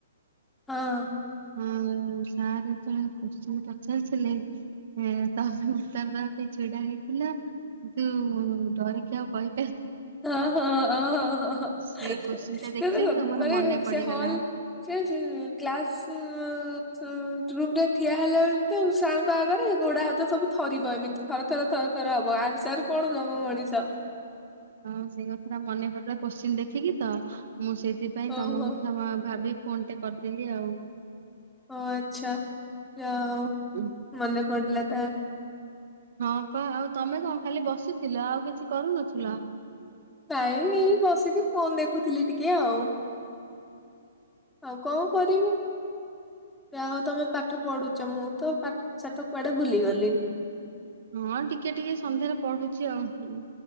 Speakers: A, in the centre; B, on the right.
A: ହଁ।
B: ହଁ ସାର୍ ଯେତେବେଳେ କୋଶ୍ଚିନ ପଚାରିଥିଲେେ ଏ ତମେ ଉତ୍ତର ଦବା ପାଇଁ ଛିଡା ହେଇଥିଲା କିନ୍ତୁ ଡରିକି ଆଉ କହି
A: ହଁ ହଁ ହଁ ହଁ ହଁ
B: ସେଇ କୋଶ୍ଚିନ୍ ଟା ଦେଖିଲି
A: ହ
B: ତ ମୋର
A: ମାନେ
B: ମନେ ପଡିଗଲା
A: ସେ ହଲ ସେ କ୍ଲାସ ହୁଁ ହୁଁ ରୁମ ରେ ଠିଆ ହେଲା ବେଳ ତ ସାରଙ୍କ ଆଗରେ ଘୋଡାହାତ ତ ସବୁ ଥରିବ ଏମିତି ଥରେ ଥର ଥରେ ଥର ହବ <inaudible> କଣ ଦବ ମଣିଷ
B: ହଁ ସେଇ କଥା ଟା ମନେ ପଡିଲା କୋଶ୍ଚିିନ ଦେଖିକି ତ ମୁଁ ସେଥିପାଇଁ
A: ଓହୋ
B: ତମ କଥା ଭାବି ଫୋନ୍ ଟେ କରିଦେଲି ଆଉ
A: ଓ ଆଚ୍ଛା। ଯାହା ହୋଉ
B: ଉଁ,
A: ମନେ ପଡିଲା ତା
B: ହଁ ପା ଆଉ ତମେ କଣ ଖାଲି ବସିଥିଲ ଆଉ କିଛି କରୁନଥିଲ।
A: ନାଇଁ ଏ ବସିକି ଫୋନ ଦେଖୁଥିଲି ଟିକେ ଆଉ ଆଉ କଣ କରିବୁ ଯା ହଉ ତମେ ପାଠ ପଢୁଛ ମୁଁ ତ ପାଠଶାଠ କୁଆଡେ ଭୁଲିଗଲିଣି।
B: ହଁ ଟିକେ ଟିକେ ସନ୍ଧ୍ୟାରେ ପଢୁଛି ଆଉ